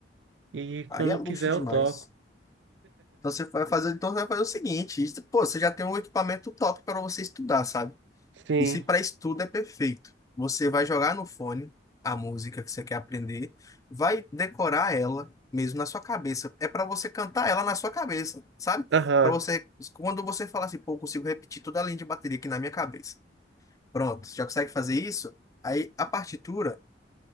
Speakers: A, on the right; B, on the left.
A: e quando
B: aí é
A: eu
B: luxo
A: quiser
B: demais.
A: eu toco.
B: Então você vai fazer, então você vai fazer o seguinte, isso- pô, você já tem um equipamento top para você estudar, sabe?
A: Sim,
B: Isso para estudo é perfeito. Você vai jogar no fone a música que você quer aprender, vai decorar ela mesmo na sua cabeça. É para você cantar ela na sua cabeça, sabe?
A: aham,
B: Para você, quando você falar assim, pô, eu consigo repetir toda a linha de bateria aqui na minha cabeça. Pronto, já consegue fazer isso? Aí a partitura